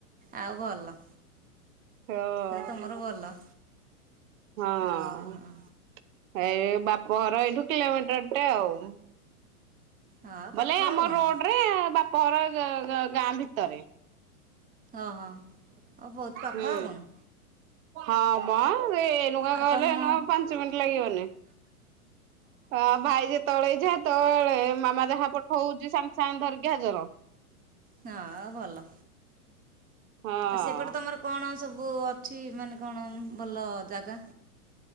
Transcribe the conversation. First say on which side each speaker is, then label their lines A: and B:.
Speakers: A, on the right (about 20°); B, on the right (about 60°).
A: ଆଉ ଭଲ।
B: ହଁ
A: ଆଉ ତୁମର ଭଲ।
B: ହଁ।
A: ଓହୋ
B: ହେ ବାପଘର ଏଇଠୁ କିଲୋମିଟରଟେ ଆଉ।
A: ହଁ ପାଖ
B: ବୋଲେ ଆମ
A: ଆଉ କଣ
B: ରୋଡ ରେ ବାପ ଘର ଗ ଗ ଗାଁ ଭିତରେ।
A: ଅ ହ ବହୁତ ପାଖ
B: ହୁଁ।
A: ଆଉ କଣ।
B: ହଁ ମ ଏନୁକା
A: ଆଉ
B: ଗଲେ
A: ତମ
B: ଏନୁ ଆଉ ପାଞ୍ଚ ମିନିଟ ଲାଗିବନି। ହଁ ଭାଇ ଯେତେବେଳେ ଇଛା ତ ଏ ମାମା ଯାହା ପଠଉଛି ସାଙ୍ଗେ ସାଙ୍ଗେ ଧରକି ହାଜର।
A: ହଁ ଭଲ
B: ହଁ।
A: ସେପଟେ ତମର କଣ ସବୁ ଚି ମାନେ କଣ ଭଲ ଜାଗା।